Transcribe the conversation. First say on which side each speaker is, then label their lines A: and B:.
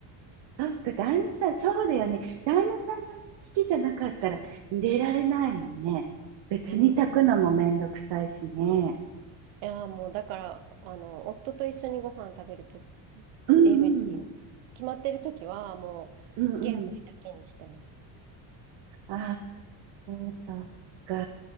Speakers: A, on the right; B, on the right.
A: そっか、旦那さん、そうだよね。旦那さんが好きじゃなかったら入れられないもんね。別に炊くのもめんどくさいしね。
B: うん。いやー、もう、だから、あの、夫と一緒にご飯食べるとっ
A: うんうん。
B: ていうふうに決まってる時はもう玄米だけにしてます。
A: うんうん。ああ、そっか。